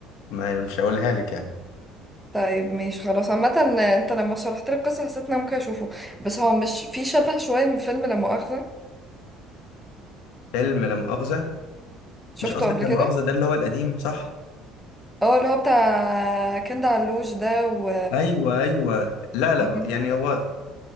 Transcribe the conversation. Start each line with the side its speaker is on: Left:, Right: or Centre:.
Left: ما مش هقولها لك يعني
Centre: طيب ماشي خلاص عامة انت لما شرحت لي القصة حسيت ان انا ممكن اشوفه بس هو مش في شبه شوية من فيلم لا مؤاخذة
Left: فيلم لا مؤاخذة
Centre: شفته
Left: مش قصدك
Centre: قبل
Left: لا
Centre: كده
Left: مؤاخذة ده اللي هو القديم صح؟
Centre: اه اللي هو بتاع كند علوش ده و
Left: ايوه ايوه لا لا
Centre: مم.
Left: يعني هو